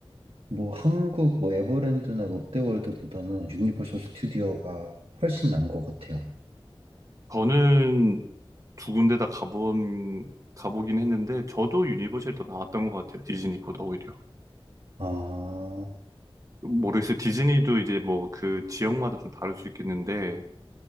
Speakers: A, on the right; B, on the right.
A: 뭐 한국 뭐 에버랜드나 롯데월드보다는 유니버설 스튜디오가 훨씬 난 것 같아요.
B: 저는 두 군데 다 가본, 가보긴 했는데, 저도 유니버셜 더 나왔던 것 같아요. 디즈니보다 오히려.
A: 아,
B: 모르겠어요. 디즈니도 이제 뭐 그 지역마다 좀 다를 수 있겠는데,